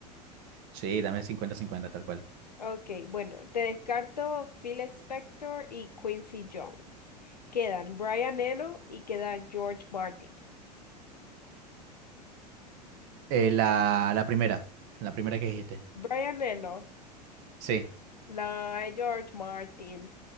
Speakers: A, on the right (about 50°); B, on the left (about 75°).
A: Sí, dame 50-50, tal cual.
B: Ok, bueno, te descarto Phil Spector y Quincy Jones. Quedan Brian Eno y queda George Martin.
A: Eh, la, la primera, la primera que dijiste.
B: Brian Eno,
A: Sí.
B: la George Martin.